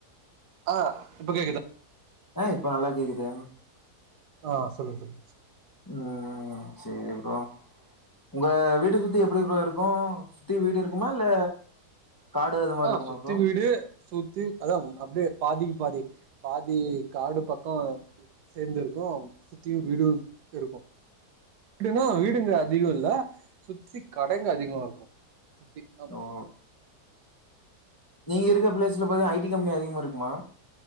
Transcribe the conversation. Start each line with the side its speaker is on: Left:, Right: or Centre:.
Right: ஆ இப்போ கேக்குதா
Left: ஆ இப்ப நல்லா கேக்குது
Right: ஆ சொல்லுங்க சொல்லுங்க சொ
Left: ம் செரி ப்ரோ உங்க வீடு சுத்தி எப்புடி ப்ரோ இருக்கூ சுத்தி வீடு இருக்குமா இல்ல காடு அது மாரி
Right: ஆ
Left: இருக்குமா
Right: சுத்தி
Left: ப்ரோ
Right: வீடு சுத்தி அதா ம் அப்டியே பாதிக்கு பாதி பாதி காடு பக்கோ <inaudible> சேர்ந்து இருக்கூ சுத்தியும் வீடும் இருக்கும் வீடுனா வீடுங்க அதிகோ இல்ல சுத்தி கடைங்க அதிகமா இருக்கும் த்தி ஆமா
Left: ஓ நீங்க இருக்குற ப்ளேஸ்ல பாத்தனா ஐடி கம்பெனி அதிகமாருக்குமா